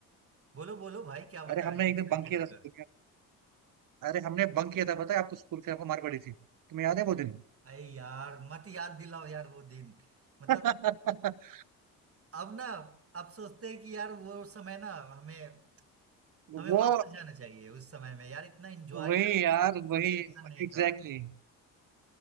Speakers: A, on the right; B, on the right.
A: बोलो बोलो भाई क्या
B: अरे
A: बता
B: हमने
A: रहे थे
B: एक
A: एक्साइटेड
B: दिन बंक किया
A: होकर
B: था स्कूल में अरे हमने बंक किया था पता है आपको स्कूल से आपको मार पड़ी थी तुम्हें याद है वो दिन
A: अरे यार मत याद दिलाओ यार वो दिन मतलब
B: <laughs>
A: अब ना अब सोचते हैं कि यार वो समय ना हमें
B: वो
A: हमें वापस जाना चाहिए उस समय में यार इतना एंजॉय
B: वही
A: करते
B: यार
A: थे कोई
B: वही
A: टेंशन
B: एग्जैक्टली
A: नहीं था
B: exactly.